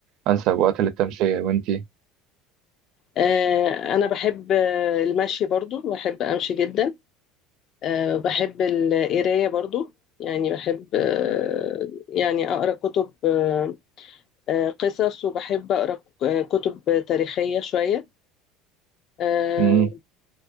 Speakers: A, on the right (about 60°); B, on the left (about 45°).
A: أنسب وقت للتمشية وإنتي
B: آه، انا بحب آه، المشي برضو بحب امشي جدا آه، بحب القرايه برضو يعني بحب آه، يعني اقرا كتب آه، آه، قصص وبحب اقرا آه، كتب تاريخيه شويه آه،
A: مم.